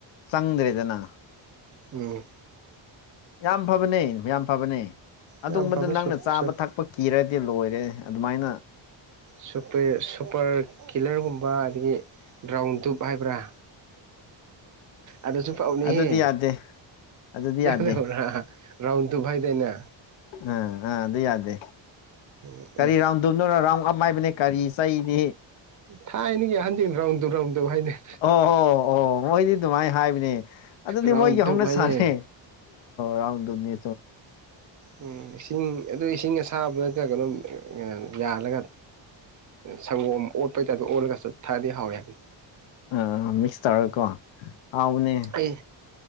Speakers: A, on the left; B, on the right.
A: ꯆꯪꯗ꯭ꯔꯦꯗꯅ
B: ꯎꯝ
A: ꯌꯥꯝ ꯐꯕꯅꯦ ꯌꯥꯝ ꯐꯕꯅꯦ ꯑꯗꯨꯒꯨꯝꯕꯗꯨ
B: ꯌꯥꯝ ꯄꯥꯝꯃꯦ
A: ꯅꯪꯅ
B: ꯁꯨꯄꯔ
A: ꯆꯥꯕ ꯊꯛꯄ ꯀꯤꯔꯗꯤ ꯂꯣꯏꯔꯦ ꯑꯗꯨꯃꯥꯏꯅ
B: ꯁꯨꯄꯦ ꯁꯨꯄꯔ ꯀꯤꯂꯔꯒꯨꯝꯕ ꯑꯗꯒꯤ ꯕ꯭ꯔꯥꯎꯟ ꯗꯨꯞ ꯍꯥꯏꯕ꯭ꯔꯥ ꯑꯗꯨꯁꯨ ꯄꯥꯎꯅꯦꯍꯦ
A: ꯑꯗꯨꯗꯤ ꯌꯥꯗꯦ ꯑꯗꯨꯗꯤ ꯌꯥꯗꯦ
B: ꯗꯕꯔ ꯔꯥꯎꯟꯗ ꯐꯥꯏꯗꯦꯅ
A: ꯎꯝ ꯑꯥ ꯑꯗꯨ ꯌꯥꯗꯦ
B: ꯑꯦ
A: ꯀꯔꯤ ꯔꯥꯎꯟꯗꯣꯅꯣꯔ ꯔꯥꯎꯟ ꯑꯞꯥꯏꯕꯅꯦ ꯀꯔꯤ ꯆꯩꯅꯤ
B: ꯊꯥꯏꯅꯒꯌꯥꯍꯥꯟꯗꯤ ꯔꯥꯎꯟꯗ ꯔꯥꯎꯟ ꯇꯨꯞ ꯍꯥꯏꯅꯩ
A: ꯑꯣ ꯑꯣ ꯑꯣ ꯃꯣꯏꯗꯤ ꯑꯗꯨꯃꯥꯏꯅ ꯍꯥꯏꯕ ꯑꯗꯨꯗꯤ
B: ꯔꯥꯎꯟ
A: ꯃꯣꯏꯒꯤ
B: ꯇꯨꯞ
A: ꯍꯧꯅ
B: ꯍꯥꯏꯌꯦ
A: ꯁꯥꯟꯅ ꯔꯝꯅꯤ
B: ꯎꯝ ꯏꯁꯤꯡ ꯑꯗꯨ ꯏꯁꯤꯡ ꯑꯁꯥꯕꯗ ꯀꯩꯅꯣ ꯌꯥꯜꯂꯒ ꯁꯪꯒꯣꯝ ꯑꯃ ꯑꯣꯠꯄꯩꯇꯥꯔꯗꯣ ꯑꯣꯠꯂꯒ ꯆꯠꯊꯥꯗꯤ ꯍꯥꯎꯋꯦ ꯍꯥꯏꯕ
A: ꯑ ꯃꯤꯛꯁ ꯇꯧꯔꯒꯦꯀꯣ ꯍꯥꯎꯅꯦ
B: ꯑꯩ